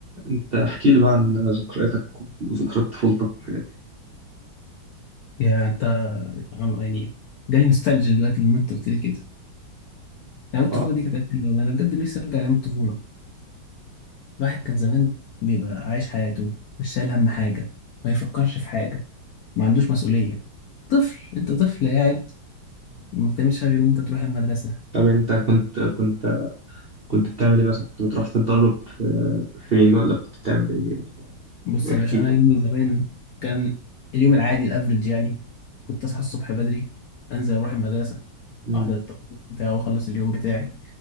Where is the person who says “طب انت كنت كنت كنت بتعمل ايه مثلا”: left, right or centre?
Right